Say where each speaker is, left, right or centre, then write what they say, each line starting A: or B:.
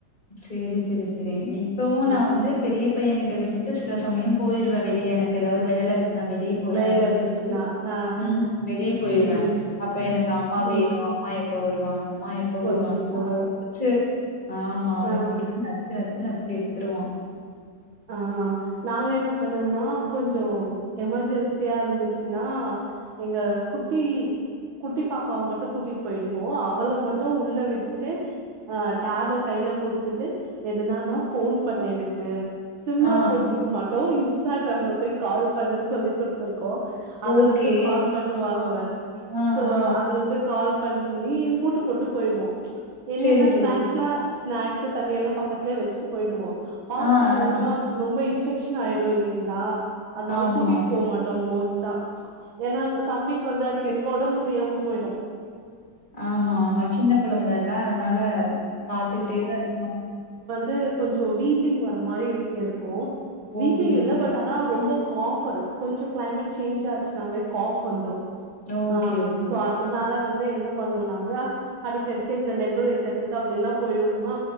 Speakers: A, on the left; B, on the right.
A: செரி செரி செரி இப்பவு
B: ம்
A: நா வந்து பெரிய பையன் கிட்ட விட்டு த்து சில சமயம் போயிருவே வெளியே எனக்கு ஏதாவது வேலை இருக் க்கு நா வெளியே போறே
B: வேல
A: அப்டின்னு
B: இருந்துச்சுன்னா
A: சொல்லிட்டு
B: ஆ
A: ம் வெளியே போயிருவே
B: ம்
A: அப்ப எனக்கு அம்மா
B: ம்
A: வேணு அம்மா எ அப்ப வருவாங் அம்மா எப்ப வருவாங்கன்ன
B: அச்சச்சோ
A: அவன புடிச்சு ஆமா அவன
B: ஆ
A: புடிச்சு நச்ச நச்சி நச்சி எடுத்துருவா
B: ஆ நாங்க என்ன பண்ணுவோம்னா கொஞ்சம் எமெர்ஜென்சியா இருந்துச்சுன்னா எங்க குட்டி குட்டி பாப்பாவ மட்டூ கூட்டிட்டு போயிடுவோ அவள மட்டு உள்ள விட்டுட்டு அ டேப் கையில குடுத்துட்டு எதனாலு போன் பண்ணு எனக்கு சிம்
A: ஆ
B: லா போட்டுருக்க மாட்டோ இன்ஸ்டாகிராம்ல போய் கால் பண்ணுன்னு சொல்லி குடுத்துருக் க்கோ அதுல
A: ஓகே.
B: இருந்து கால் பண்ணுவா அவ
A: ஆ,
B: சோ
A: ஆ.
B: அதுலந்து கால் பண்ணி பூட்டு போட்டு போயிடுவோ என்னென்ன
A: சரி, சரி.
B: ஸ்நாக்ஸ் லா ஸ்நாக்ஸ் தண்ணி எல்லா பக்கத்துலயே வச்சிட்டு போயிடுவோ ஹாஸ்பிட்
A: ஆ,
B: அதல்லா
A: ஆ.
B: ரொம்ப இ ன்ஃபெக்சன் ஆயிடு இல்லிங்களா அதனால
A: ஆமா,
B: கூட்டிட்டு போமாட்டோ மோஸ் த ஏன்னா அது தம்பிக்கு வந்து அடிக்கடிக்கு ஒடம்பு முடியாம போய்டு
A: ஆமா ஆமா சின்ன குழந்தல்ல அதனால பாத்துக்கிட்டே தா இருக்குணு
B: து கொஞ்சோ விசிங் வர மாரி இருக்கு வீசிங்
A: ஓகே,
B: இல்ல
A: ஓகே.
B: பட் ஆனா ரொம்ப காஃப் அது கொஞ்ச கிளைமேட் சேஞ்ச் ஆச்சுனாவே காஃப் வந்துரு
A: ஓகே,
B: ஆ
A: ஓகே.
B: சோ அதனால வந் து என்ன பண்ணுவோ நாங்க அடிக்க அடிக்க இந்த நெம்பு வைக்கிறதுக்கு அப்டிலா போயிடுவோமா